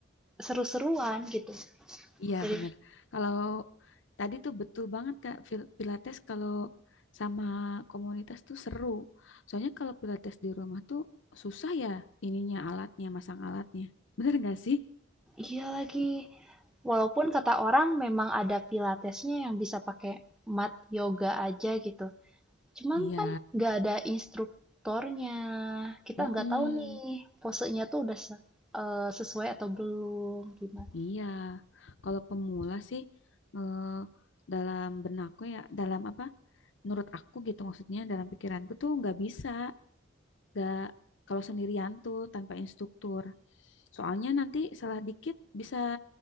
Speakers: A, in the centre; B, on the left (about 60°).
A: seru-seruan gitu.
B: Iya
A: Jadi,
B: bener. Kalau tadi tuh betul banget Kak, Fil- Pilates kalau sama komunitas tuh seru. Soalnya kalau Pilates di rumah tuh susah ya ininya alatnya, masang alatnya. Bener gak sih?
A: iya lagi. Walaupun kata orang memang ada pilatesnya yang bisa pakai mat yoga aja gitu. Cuman
B: Iya.
A: kan nggak ada instruktornya. Kita
B: Mm-mm.
A: nggak tahu nih posenya tuh udah se- eh, sesuai atau belum gimana.
B: Iya, kalau pemula sih eh, dalam benakku ya, dalam apa? Menurut aku gitu maksudnya dalam pikiranku tuh nggak bisa, nggak kalau sendirian tuh tanpa instruktur. Soalnya nanti salah dikit bisa